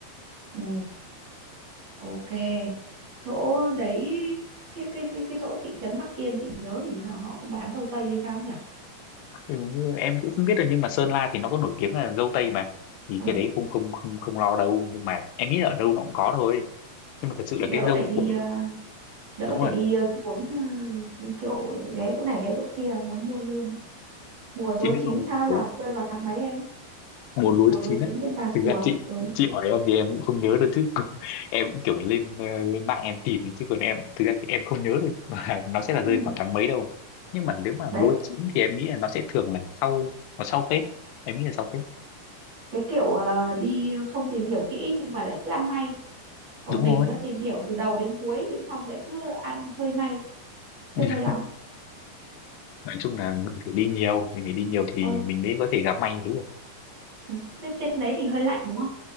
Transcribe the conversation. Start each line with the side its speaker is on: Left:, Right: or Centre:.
Right: ừ, ok chỗ đấy cái cái cái cái chỗ thị trấn Bắc Yên chị nhớ hình như là họ cũng bán dâu tây hay sao nhỉ
Left: Ừ, em cũng không biết rồi nhưng mà Sơn La thì nó có nổi tiếng là dâu tây mà thì
Right: ờ
Left: cái đấy không không không không lo đâu nhưng mà em nghĩ là ở đâu nó cũng có thôi nhưng mà thật sự
Right: chị
Left: là cái
Right: đỡ
Left: dâu
Right: phải đi
Left: của
Right: à, đỡ
Left: đúng
Right: phải
Left: rồi
Right: đi ờ, xuống ờ, kiểu ghé chỗ này ghé chỗ kia muốn mua luôn mùa lúa
Left: chị biết
Right: chín
Left: không
Right: tha là
Left: kiểu
Right: rơi vào tháng mấy em
Left: mùa lúa
Right: mùa lúa
Left: chín
Right: chín
Left: á
Right: trên Tà
Left: thực
Right: Xùa
Left: ra chị
Right: ừ.
Left: chị hỏi em thì em cũng không nhớ được chứ <laughs> còn em cũng kiểu lên ờ, lên mạng em tìm ấy, chứ còn em thực ra em không nhớ được <laughs> là nó sẽ là rơi
Right: ừ.
Left: khoảng tháng mấy đâu nhưng mà nếu mà
Right: đấy
Left: lúa chín thì em nghĩ là nó sẽ thường là sau nó sau Tết em nghĩ là sau Tết
Right: cái kiểu ờ, đi không tìm hiểu kỹ nhưng mà lại cứ ăn may còn
Left: đúng
Right: mình
Left: rồi
Right: á, tìm hiểu từ đầu đến cuối xong lại cứ ăn hơi may chưa
Left: <clears throat>
Right: may lắm
Left: nói chung là mình phải đi nhiều mình phải đi nhiều thì
Right: ôi
Left: mình mới có thể gặp may như thế được
Right: ừ. Thế trên đấy thì hơi lạnh đúng không